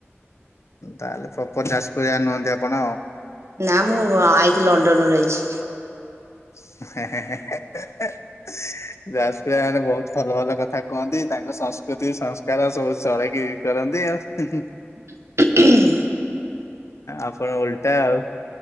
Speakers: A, on the left (about 80°); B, on the right (about 75°).
A: ତାହେଲେ ପ୍ରପର ଯାଜପୁରିଆ ନୁହନ୍ତି ଆପଣ ଆଉ।
B: ନା ମୁଁ ଆଇଛି ଲଣ୍ଡନରୁୁ ଆଇଛି।
A: <unintelligible> ଯାଜପ ମାନେ ବହୁତ ଭଲ ଭଲ କଥା କଥା କୁହନ୍ତି ତାଙ୍କ ସଂସ୍କୃତି ସଂସ୍କାର ସବୁ ଚଳେଇକି କରନ୍ତି ଆଉ।
B: <unintelligible>
A: ଆପଣ ଓଲଟା ଆଉ।